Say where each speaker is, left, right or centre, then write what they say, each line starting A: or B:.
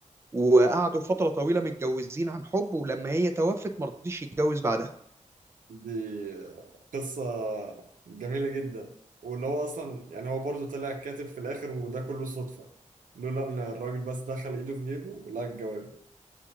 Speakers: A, on the right; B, on the right.
A: وقعدوا فترة طويلة متجوزين عن حب ولما هي توفت مرضيش يتجوز بعدها
B: دي قصة جميلة جدا واللي هو أصلا يعني هو برضه طلع كاتب في الآخر وده كله صدفة لولا إن الراجل بس دخل إيده في جيبه لقى الجواب